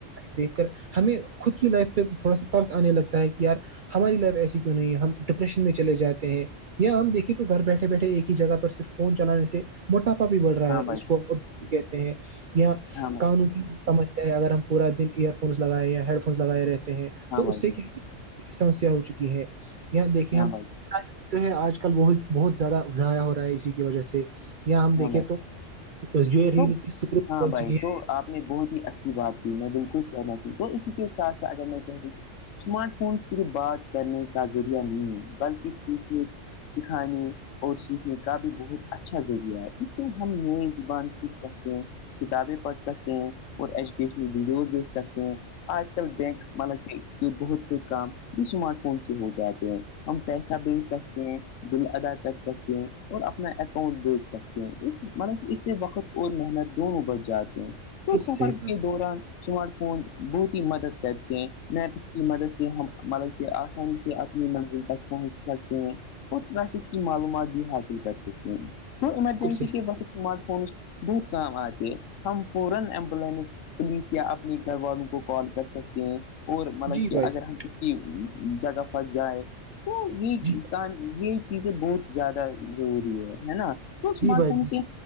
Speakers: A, on the right; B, on the left.
A: دیکھ کر ہمیں خود کی لائف پہ تھوڑا سا ترس آنے لگتا ہے کہ یار ہماری لائف ایسی کیوں نہیں ہے ہم ڈپریشن میں چلے جاتے ہیں یا ہم دیکھیے تو گھر بیٹھے بیٹھے ایک ہی جگہ پر صرف فون چلانے سے موٹاپا بھی بڑھ رہا
B: ہاں
A: ہے
B: بھائی
A: اس کو
B: جان
A: کہتے ہیں یہاں
B: ہاں بھائی
A: قانوں
B: جان
A: کی اگر ہم پورا دن ایئر فونس لگائے یا ہیڈ فونس لگائے رہتے ہیں
B: ہاں
A: تو
B: بھائی جان ہاں بھائی
A: اس سے
B: جان
A: کیا ہے سمسیا ہو چکی ہے یہ دیکھیں
B: ہاں
A: ہم
B: بھائی
A: جو ہے آج کل وہ بہت زیادہ ا ضائع ہو رہا ہے اسی کی وجہ سے یا ہم دیکھیں
B: ہاں بھائی
A: تو <inaudible>
B: تو ہاں بھائی تو آپ نے بہت ہی اچھی بات کی میں بالکل سہنا تو اسی کےے ساتھ س اگر میں کہہ دوںھی اسمارٹ فون صرف بات کرنے کا ذریعہ نہیں ہے بلکہ سیکھنے سکھانے اور سیکھنے کا بھی بہت اچھا ذریعہ ہے جسے ہم نئے زبان سے سکتے ہیں کتابیں پڑھ سکتے ہیں اور ایجوکیشنل ویڈیوز دیکھ سکتے ہیں آج کل بینک ما یہ بہت سے کام جو اسمارٹ فون سے ہو جاتے ہیں ہم پیسہ بیچ سکتے ہیں بل ادا کر سکتے ہیں اور اپنا اکاؤنٹ سکتے ہیں اس مطب اس سے وقت اور محنت دونوں بچ جاتے ہیں تو
A: جی بھائی
B: سفر
A: جان جی بھائی جان، بالکل صحیح
B: کے
A: کہا آپ نے،
B: دوران اسمارٹ فون بہت ہی مدد کرتے ہیں میپس کی مدد سے ہم مطلب کہ آسانی سے اپنی منزل پہنچ سکتے ہیں اور ٹریفک کی معلومات بھی حاصل کر سکتے ہیں تو ایمرجنسی
A: بالکل صحیح
B: کے وقت اسمارٹ فونس بہت کام آتے ہیں ہم فورا ایمبولینس پلیس یا اپنے گھر والوں کو کال کر سکتے ہیں اور مطلب
A: جی
B: کہ
A: بھائی جان
B: اگر ہم جگہ پھس جائے یہ
A: جی بھائی
B: کام یہ چیزیں بہت زیادہ ضروری ہے ہے نا تو اسمارٹ
A: جی بھائی
B: فون
A: جان
B: سے